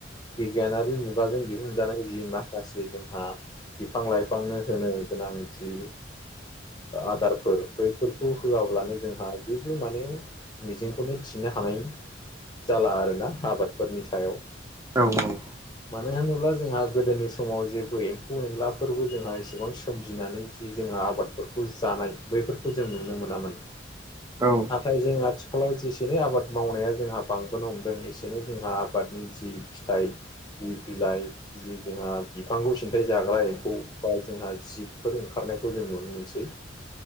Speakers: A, on the left; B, on the right.
A: बिगियानारि मुगाजों दिहुनजानाय जि मा गासै जोंहा बिफां लाइफांनो होनो गोनांथि आदारफोर बैफोरखौ होआब्लानो जोंहा जेबो माने मिजिंखौनो थिनो हानाय जाला आरोना आबादफोरनि सायाव
B: औ औ
A: मानो होनोब्ला जोंहा गोदोनि सम समाव जेबो एम्फौ एनलाफोरबो जोंहा एसेबां सोमजिनानै जि जोंहा आबादफोरखौ जानाय बैफोरखौ जों नुनो मोनामोन।
B: औ।
A: नाथाय जों आथिखालाव जेसेनि आबाद मावनाया जोंहा बांबोनो हमदों एसेनै जोंहा आबादनि जि फिथाइ जि बिलाइ जि जोंहा बिफांखौ सिन्थाइ जाग्रा एम्फौ बा जोंहा जिबफोर ओंखारनायखौ जों नुनो मोनसै